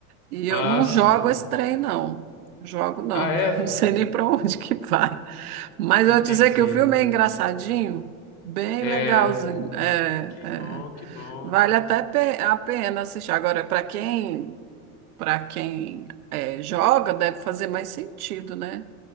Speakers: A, on the right (about 80°); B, on the left (about 70°).
A: E eu
B: Ah,
A: não
B: sim.
A: jogo esse trem, não. Jogo, não.
B: Ah, é,
A: <laughs>
B: Flávia?
A: Não sei nem para onde que vai. Mas
B: Entendi.
A: eu vou dizer que o filme é engraçadinho, bem
B: É,
A: legalzinho. É,
B: que
A: é.
B: bom, que bom.
A: Vale até pe- a pena assistir. Agora, para quem, para quem é, joga, deve fazer mais sentido, né?